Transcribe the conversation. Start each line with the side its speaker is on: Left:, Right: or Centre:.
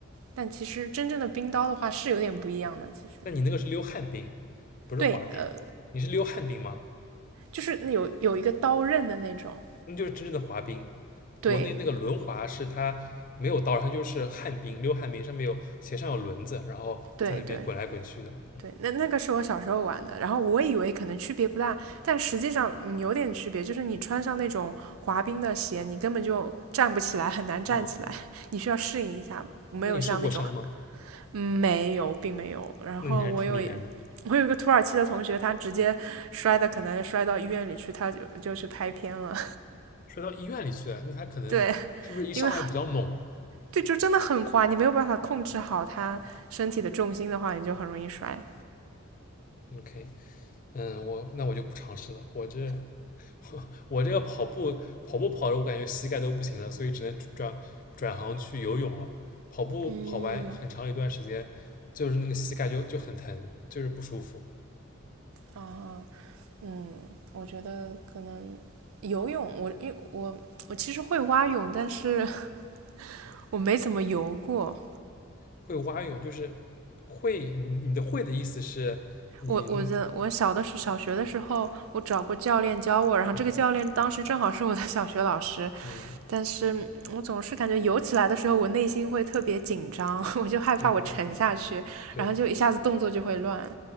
Right: 但其实真正的冰刀的话是有点不一样的。其实
Left: 那你那个是溜旱冰，不是滑冰，
Right: 对，呃，
Left: 你是溜旱冰吗？
Right: 就是有有一个刀刃的那种。
Left: 那就是真正的滑冰。
Right: 对
Left: 国内那个轮滑是它没有刀，它就是旱冰，溜旱冰，上面有鞋上有轮子，然后在那边滚来滚去的。
Right: 对对。
Left: 嗯，
Right: 对，那那个是我小时候玩的，然后我以为可能区别不大，但实际上嗯有点区别，就是你穿上那种滑冰的鞋，你根本就站不起来，很难站起来，
Left: 哦，
Right: <laughs> 你需要适应一下，没有像那种，
Left: 那你受过伤吗？
Right: 嗯没有，并没有。然后我有
Left: 那你还是挺厉害的，
Right: 我有一个土耳其的同学，他直接摔的，可能摔到医院里去，他就就去拍片了。
Left: 摔到医院里去了。那他可能是不是一上来比较猛
Right: <laughs> 对，因为对，就真的很滑，你没有办法控制好他身体的重心的话，你就很容易摔。
Left: ？OK，嗯，我那我就不尝试了。我这 <laughs> 我这个跑步跑步跑着，我感觉膝盖都不行了，所以只能转转行去游泳了。跑步跑完很长一段时间，
Right: 嗯，
Left: 就是那个膝盖就就很疼，就是不舒服。
Right: 哦，嗯，我觉得可能游泳，我因为我我其实会蛙泳，但是 <laughs> 我没怎么游过。
Left: 会蛙泳就是会，你你的会的意思是你，
Right: 我我的我小的时小学的时候，我找过教练教我，然后这个教练当时正好是我的小学老师，
Left: 嗯嗯
Right: 但是我总是感觉游起来的时候，我内心会特别紧张，<laughs> 我就害怕我沉下去，
Left: 嗯嗯，对，
Right: 然后就一下子动作就会乱。